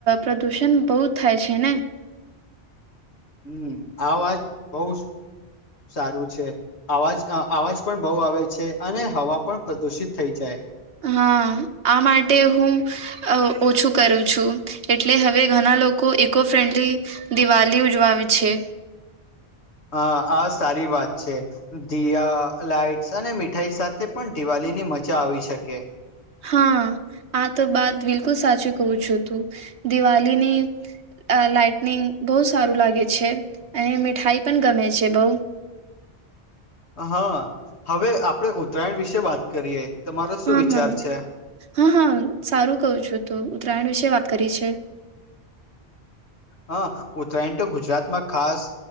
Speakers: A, on the right (about 85°); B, on the left (about 80°).
A: પ્રદૂષણ બહુ થાય છે ને.
B: હમ્મ, આ વાત બહું સારું છે. અવાજ -અવાજ પણ બહુ આવે છે, અને હવા પણ પ્રદુષિત થઈ જાય.
A: હા. આ માટે હું અહ ઓછું કરું છું, એટલે હવે ઘના લોકો ઇકો ફ્રેન્ડલી દિવાલી ઉજવાવે છે.
B: હા, આ સારી વાત છે. દીયા લાઈટસ અને મીઠાઈ સાથે પણ દિવાળી ની મજા આવી શકે.
A: હા આ તો બાત બિલકુલ સાચી કઉ છું તું દિવાળીની આ લાઈટનિંગ બહુ સારું લાગે છે અને મીઠાઈ પણ ગમે છે બઉ.
B: હા હવે આપણેે ઉત્તરાયણ વિશે વાત કરીએ. તમારો શું
A: હા
B: વિચાર
A: હા
B: છે
A: હા હા સારું કઉં છું તુ ઉત્તરાયણ વિશે વાત કરી છે.
B: હા ઉત્તરાયણ તો ગુજરાતમાં ખાસ